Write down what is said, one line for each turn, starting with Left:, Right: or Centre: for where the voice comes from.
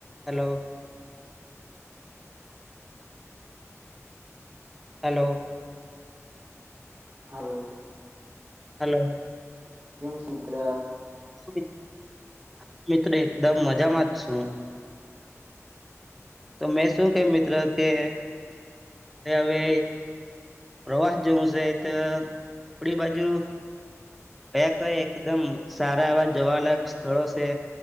Centre: Hello. Hello.
Right: હા ઓ
Centre: hello.
Right: કેમ સુમિત્ર
Centre: સુ મી <inaudible> હા મિત્ર એકદમ મજામાં જ છું. તો મેં શું કે મિત્ર કે હવે પ્રવાસ જવું છે તો આપણી બાજુ કયા કયા એકદમ સારા એવા જોવાલાયક સ્થળો છે